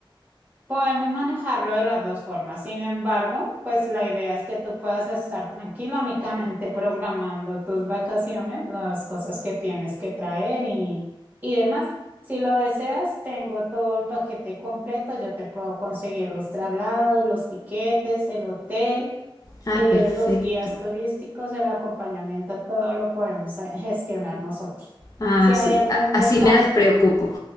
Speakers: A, on the right; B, on the left.
A: Podemos manejarlo de las dos formas. Sin embargo, pues la idea es que tú puedas estar tranquila únicamente programando tus vacaciones, las cosas que tienes que traer y, y demás. Si lo deseas, tengo todo el paquete completo. Yo te puedo conseguir los traslados, los tiquetes, el hotel,
B: Ah,
A: eh,
B: perfecto.
A: los guías turísticos, el acompañamiento, todo lo podemos eh, gestionar nosotros.
B: Ah,
A: Si hay
B: sí.
A: algún
B: A- así
A: detalle.
B: me despreocupo.